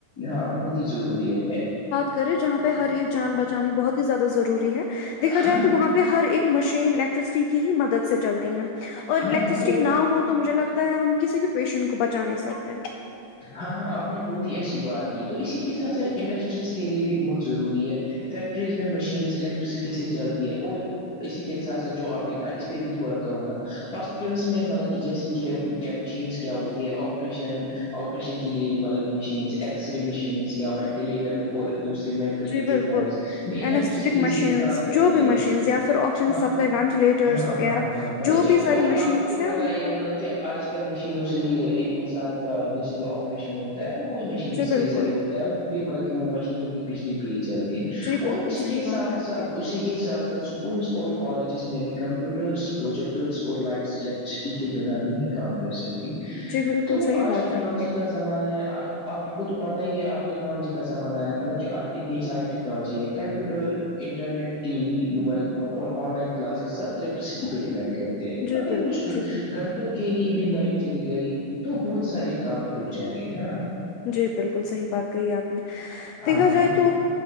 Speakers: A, on the left; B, on the left.
A: ہاں بہت ہی ضروری ہے پ
B: کرے جہاں پہ ہر ایک جان بچانی بہت ہی زیادہ ضروری ہے دیکا جائے
A: ہاں
B: تو وہاں پہ ہر ایک مشین الیکٹرسٹی کی ہی مدد سے چلتی ہے اور
A: ہاں
B: الیکٹرسٹی
A: تو
B: نہ ہو تو مجھے لگتا ہے ہم کسی بھی پیشنٹ کو بچا نہیں سکتے ہیں
A: ہاں ہاں آپ نے بہت ہی اچھی بات کی تو اسی کے ساتھ ساتھ انڈسٹریز کے لیے بھی بہت ضروری ہے فیکٹریز میں مشینس الیکٹرسٹی سے چلتی ہے اور اسی کے ساتھ ساتھ جو آپ نے کہا اس پہ بھی تھوڑا کہوں گا ہاسپٹلس میں مطلب کہ جیسے کہ کی مشینس کیا ہوتی ہے آپریشن آپریشن کے لیے مطلب مشینس ایکس رے مشینس یا وینٹیلیٹر اور دوسریے میڈیکل
B: جی
A: اکوپمنٹس
B: بالکل
A: بھی الیکٹریسٹی
B: اینستھیٹک مشینس
A: سے ہی کام کرتی
B: جو بھی
A: ہیں
B: مشینس یا پھر آکسیجن
A: ہاں
B: سپلائی وینٹیلیٹرس
A: ہاں
B: وغیرہ
A: ہاں ہاں مطلب
B: جو
A: کہ
B: بھی ساری
A: اور
B: مشینس
A: آپ کو تو
B: ہیں
A: پتا
B: ان
A: ہی
B: کو
A: ہے مطلب کہ آج کل آج کل مشینوں سے ہی ایک انسان کا ڈیجیٹل آپریشن ہوتا ہے وہ بھی مشینس
B: جی
A: کے
B: بالکل
A: ہی ذریعے ہوتا ہے وہ بھی مطلب کہ وہ مشین بھی بجلی پہ ہی چلتی ہے
B: جی بالکل
A: اور اسی
B: صحیح
A: کے
B: بات
A: ساتھ
B: ہے آپ
A: ساتھ
B: کی
A: اسی کے ساتھ ساتھ س اسکولس اور کالجز میں ابھی کمپیوٹرس پروجیکٹرس اور لائٹس الیکٹرسٹی کے بنا نہیں کام کر سکتے
B: جی بالکل
A: تو
B: صحیح
A: آج
B: بات
A: ٹیکنالوجی
B: ہے آپ کی
A: کا زمانہ ہے آپ کو تو پتا ہی ہے آج ٹیکنالوجی کا زمانہ ہے مطلب کہ آج اتنی ساری ٹیکن ٹیکنالجی ہے computer internet T V mobile phone اور آن لائن کلاسز سب الیکٹریسٹی پہ ڈیپینڈ کرتے ہیں
B: جی
A: اگر
B: بالکل
A: کچھ
B: جی بالکل
A: گھنٹوں کے لیے بھی لائٹ چلی گئی تو بہت سارے کام رک جائیں گے ہے نا
B: جی بالکل صحیح بات کہی آپ نے دیکھا
A: ہاں
B: جائے تو